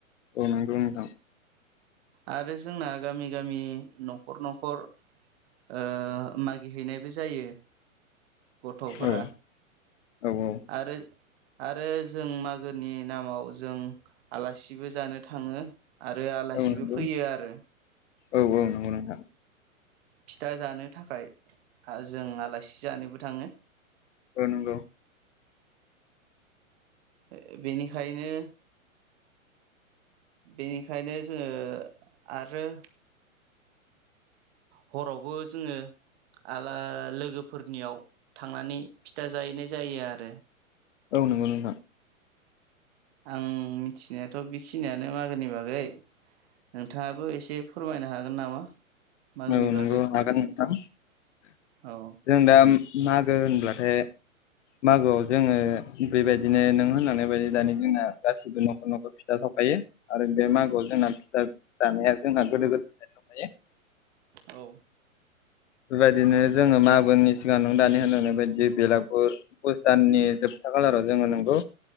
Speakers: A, on the left (about 60°); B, on the right (about 50°).
A: औ नोंगौ नोंथां।
B: आरो जोंना गामि गामि न'खर न'खर ओ मागिहैनायबो जायो। गथ'फोरा।
A: औ औ औ
B: आरो आरो जों मागोनि नामाव जों आलासिबो जानो थाङो। आरो आलासिबो
A: औ नंगौ
B: फैयो आरो।
A: औ औ नोंगौ नोंथां।
B: फिथा जानो थाखाय जों आलासि जानोबो थाङो।
A: ओ नोंगौ।
B: ओ बिनिखायनो बेनिखायनो जोङो आरो हरावबो जोङो आला लोगोफोरनियाव थांनानै फिथा जाहैनाय जायो आरो।
A: औ नोंगौ नोंथां।
B: आं मिथिनायाथ' बिखिनियानो मागोनि बागै नोंथाङाबो एसे फोरमायनो हागोन नामा? मागोनि
A: औ नोंगौ
B: बागै
A: हागोन नोंथां
B: औ
A: जों दा मागो होनब्लाथाय मागोआव जोङो बेबायदिनो नों होनलांनाय बायदि दानि जोंना गासिबो न'खर न'खर फिथा साव खायो आरो बे मागोआव जोंना फिथा जानाया जोंना गोदो गोदायनिफ्रायनो दंखायो।
B: औ।
A: बेबायदिनो जोङो मागोनि सिगां नों दानि होनलांनाय बायदि बेलागुर पुस दाननि जोब था खालाराव जोङो नोंगौ